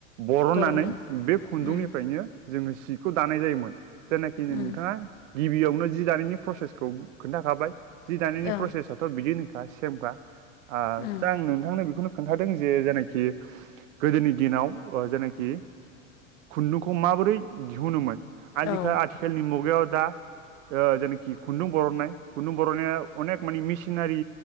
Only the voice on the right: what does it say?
बरननानै
बे खुन्दुंनिफ्रायनो
जोङो सिखौ दानाय जायोमोन। जायनाखि नोंथाङा
गिबियावनो जि दानायनि प्रसेसखौ खोन्थाखाबाय जि दानायनि
प्रसेसा थ' बिदिनोखा सेमखा आ
दा आं नोंथांनो बेखौनो खोन्थादों जे जायनाखि गोदोनि दिनाव जायनाखि खुन्दुंखौ माबोरै दिहुनोमोन आजिखा
आथिखालनि मुगायाव दा ओ जेनोखि खुन्दुं बरननाय खुन्दुं बरनाया अनेक मानि मेसिनारि